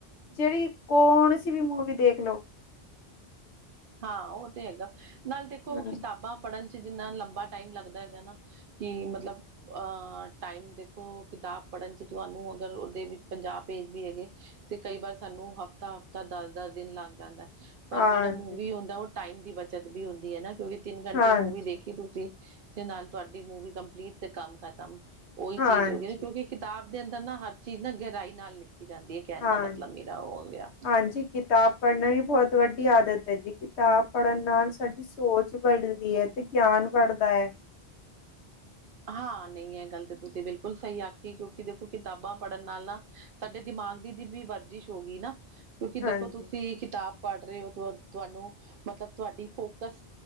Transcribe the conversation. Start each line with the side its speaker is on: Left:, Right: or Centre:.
Left: ਜੇੜੀ ਕੌਣਸੀ ਵੀ ਮੂਵੀ ਦੇਖ ਲੋ।
Right: ਹਾਂ ਉਹ ਤੇ ਹੈਗਾ ਨਾਲ ਦੇਖੋ
Left: ਹਾਂਜੀ
Right: ਕਿਤਾਬਾਂ ਪੜ੍ਹਨ ਚ ਜਿੰਨਾਂ ਲੰਬਾ ਟਾਈਮ ਲੱਗਦਾ ਹੈਗਾ ਨਾ ਕਿ ਮਤਲਬ ਅ ਟਾਈਮ ਦੇਖੋ ਕਿਤਾਬ ਪੜ੍ਹਨ ਚ ਤੁਆਨੂੰ ਅਗਰ ਓਦੇ ਵਿੱਚ ਪੰਜਾਹ ਪੇਜ ਵੀ ਹੈਗੇ ਤੇ ਕਈ ਵਾਰ ਸਾਨੂੰ ਹਫ਼ਤਾ-ਹਫ਼ਤਾ, ਦਸ-ਦਸ ਦਿਨ ਲੱਗ ਜਾਂਦਾ। ਪਰ
Left: ਹਾਂਜੀ
Right: ਜੇੜਾ ਮੂਵੀ ਹੁੰਦਾ, ਉਹ ਟਾਈਮ ਦੀ ਬੱਚਤ ਵੀ ਹੁੰਦੀ ਐ ਨਾ। ਕਿਉਂਕਿ ਤਿੰਨ ਘੰਟੇ
Left: ਹਾਂਜੀ
Right: ਮੂਵੀ ਦੇਖੀ ਤੁਸੀਂ ਤੇ ਨਾਲ ਤੁਆਡੀ ਮੂਵੀ ਕੰਪਲੀਟ ਤੇ ਕੰਮ ਖਤਮ ਓਈ
Left: ਹਾਂਜੀ
Right: ਚੀਜ਼ ਹੋ ਗਈ ਨਾ ਕਿਉਂਕਿ ਕਿਤਾਬ ਦੇ ਅੰਦਰ ਨਾ ਹਰ ਚੀਜ਼ ਨਾ ਗਹਿਰਾਈ ਨਾਲ ਲਿਖੀ ਜਾਂਦੀ ਐ। ਕੈਣ
Left: ਹਾਂਜੀ
Right: ਦਾ ਮਤਲਬ ਮੇਰਾ ਓ ਹੇ ਗਾ
Left: ਹਾਂਜੀ ਕਿਤਾਬ ਪੜ੍ਹਨਾ ਵੀ ਬਹੁਤ ਵੱਡੀ ਆਦਤ ਐ ਜੀ, ਕਿਤਾਬ ਪੜ੍ਹਨ ਨਾਲ ਸਾਡੀ ਸੋਚ ਵੜਦੀ ਐ ਤੇ ਗਿਆਨ ਵੜਦਾ ਐ
Right: ਹਾਂ ਨਹੀਂ ਇਹ ਗੱਲ ਤਾਂ ਤੁਸੀਂ ਬਿਲਕੁਲ ਸਹੀ ਆਖੀ ਕਿਉਂਕਿ ਦੇਖੋ ਕਿਤਾਬਾਂ ਪੜ੍ਹਨ ਨਾਲ ਨਾ ਸਾਡੇ ਦਿਮਾਗ ਦੀ ਦੀ ਵੀ ਵਰਜਿਸ਼ ਹੋ ਗਈ ਨਾ ਕਿਉਂਕਿ
Left: ਹਾਂਜੀ
Right: ਦੇਖੋ ਤੁਸੀਂ ਕਿਤਾਬ ਪੜ੍ਹ ਰਹੇ ਹੋ ਤੁਹਾਨੂੰ ਮਤਲਬ ਤੁਹਾਡੀ ਫੋਕਸ